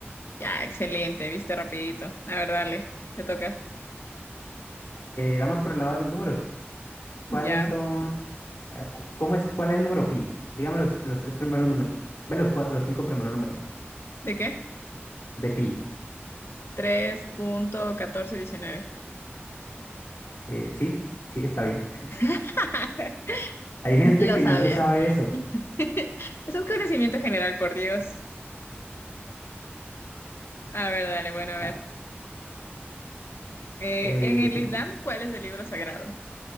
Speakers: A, on the left; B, on the left.
A: Ya, excelente, viste rapidito. A ver, dale, te toca.
B: vamos por el lado de los números. ¿Cuáles
A: Ya.
B: son? Eh, cu- ¿Cómo es? ¿Cuál es el número pi? Dígame los, los tres primeros numeritos. Ve los, cua- los cinco primeros numeritos
A: ¿De qué?
B: de pi.
A: Tres punto catorce diecinueve.
B: Eh, sí, sí, está bien.
A: <laughs>
B: Hay gente
A: Lo
B: que
A: sabía.
B: no se sabe eso.
A: <laughs> Eso es conocimiento general, por Dios. A ver, dale, bueno, a ver.
B: Ah,
A: Eh,
B: eh,
A: en el
B: sí,
A: Islam, ¿cuál es el libro sagrado?